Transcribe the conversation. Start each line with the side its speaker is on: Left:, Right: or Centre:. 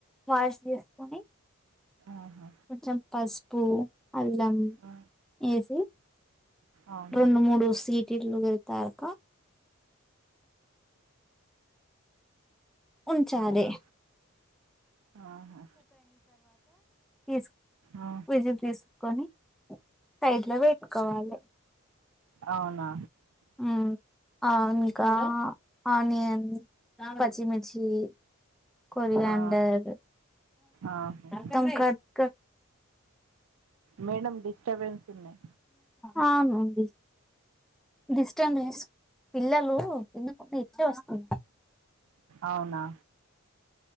Centre: వాష్ చేస్కొని
Right: ఆహా
Centre: కొంచం పసుపు, అల్లం
Right: ఆ,
Centre: ఏసి
Right: అవును
Centre: రెండు మూడు సీటిలు వెళ్తాయాక ఉంచాలి.
Right: అవునా ఆహా
Centre: తీస్
Right: ఆ
Centre: విజిల్ తీస్కొని సైడ్లో పెట్టుకోవాలె.
Right: అవునా
Centre: మ్ ఆ ఇంకా ఆనియన్, పచ్చిమిర్చీ కొరియాండర్
Right: ఆ ఆహా
Centre: క క
Right: మేడం డిస్టర్బెన్స్ ఉన్నయి
Centre: ఆవునండి డిస్టబెన్స్ పిల్లలు ఎందుకో ఇట్నే వస్తుంటా
Right: అవునా